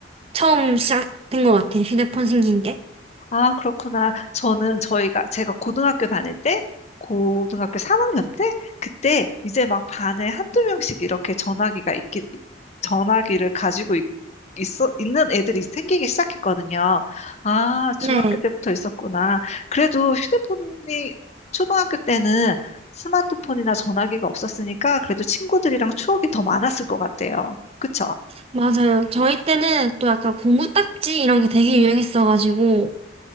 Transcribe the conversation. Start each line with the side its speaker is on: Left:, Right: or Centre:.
Right: 처음 시작된 것 같아요. 휴대폰 생긴 게.
Left: 아, 그렇구나. 저는 저희가, 제가 고등학교 다닐 때, 고등학교 3학년 때, 그때 이제 막 반에 한두 명씩 이렇게 전화기가 있기, 전화기를 가지고 있, 있어, 있는 애들이 생기기 시작했거든요. 아, 중학교
Right: 네,
Left: 때부터 있었구나. 그래도 휴대폰이 초등학교 때는 스마트폰이나 전화기가 없었으니까 그래도 친구들이랑 추억이 더 많았을 것 같아요. 그쵸?
Right: 맞아요. 저희 때는 또 약간 고무딱지 이런 게 되게 유행했어가지고